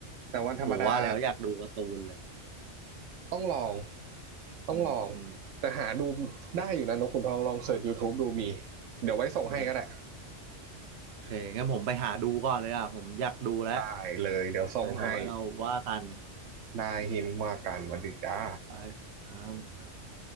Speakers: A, on the right; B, on the right.
A: แต่วันธรรมดา
B: โหว่าแล้วอยากดูการ์ตูนเลย
A: ต้องลอง ต้องลอง
B: อืมอืม
A: แต่หาดูได้อยู่นะนกขุนทองลองเสิร์ช YouTube ดูมี เดี๋ยวไว้ส่งให้ก็ได้
B: ได้โอเคงั้นผมไปหาดูก่อนเลยอ่ะผมอยากดูแล้ว
A: ไปเลยเดี๋ยวส่งให้
B: งั้นเดี๋ยวไว้เราว่ากัน
A: นายหินว่าการวันดีจ้า
B: ไปครับสวัสดีครับ